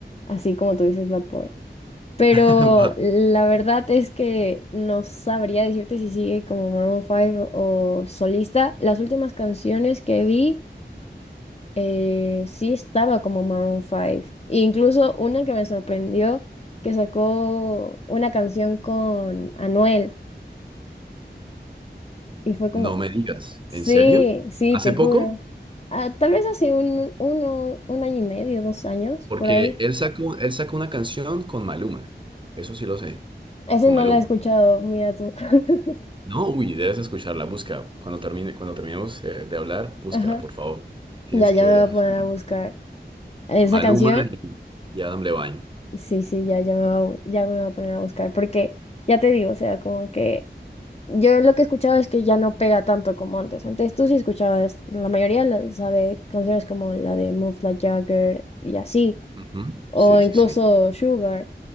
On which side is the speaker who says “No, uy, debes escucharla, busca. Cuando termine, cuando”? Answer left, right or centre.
Right